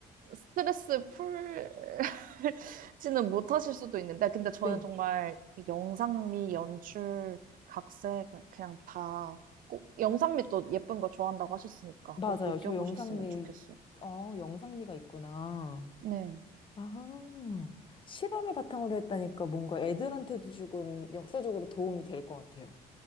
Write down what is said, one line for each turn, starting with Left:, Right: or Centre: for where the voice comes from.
Right: 스트레스 풀지는 <laughs> 못하실 수도 있는데,
Left: <laughs>
Right: 근데 저는
Left: 네.
Right: 정말 이 영상미, 연출, 각색, 그냥 다 꼭, 영상미 또 예쁜 거 좋아한다고 하셨으니까
Left: 맞아요.
Right: 꼭 느껴보셨으면
Left: 저 영상미,
Right: 좋겠어요.
Left: 어, 영상미가 있구나.
Right: 네.
Left: 아, 실험을 바탕으로 했다니까 뭔가 애들한테도 조금 역사적으로 도움이 될 것 같아요.